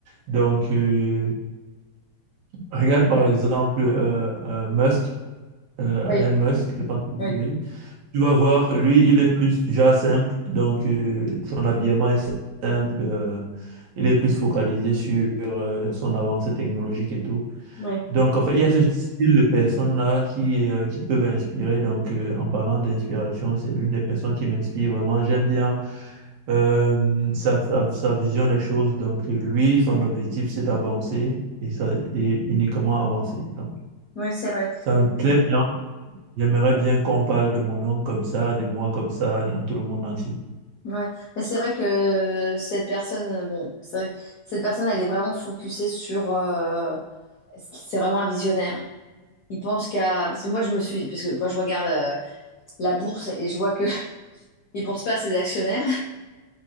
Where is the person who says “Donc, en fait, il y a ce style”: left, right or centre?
Right